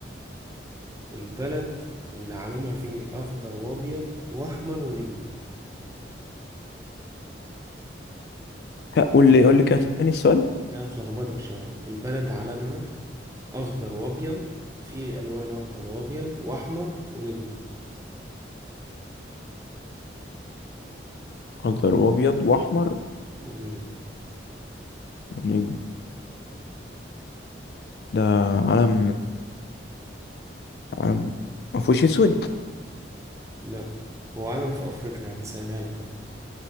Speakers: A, on the right; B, on the left.
A: البلد اللي علمها فيه أخضر وأبيض وأحمر ونجمة
B: ها، قول لي قول لي كده تاني السؤال
A: دي هتلخبطك شوية البلد علمها أخضر وأبيض فيه ألوان أخضر وأبيض وأحمر ونجمة
B: اخضر وابيض واحمر
A: ونجمة
B: ونجم ده علم علم ما فيهوش اسود
A: لا هو علم في افريقيا يعني سهلها لك اهو